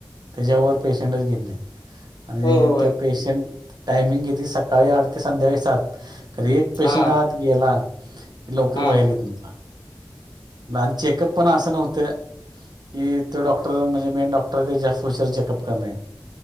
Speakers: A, on the right; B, on the left.
A: त्याच्यावर पेशंटच घेत नाहीत आणि
B: होय होय होय
A: ते पेशंट टायमिंग घेतती सकाळी आठ ते संध्याकाळी सात अरे! एक पेशंट
B: हा
A: आत गेला लवकर
B: हा
A: बाहेर येत नव्हता. आन चेकअप पण असं नव्हतं की तो डॉक्टर म्हणजे मेन डॉक्टर आहे तेस सोशल चेकअप करणे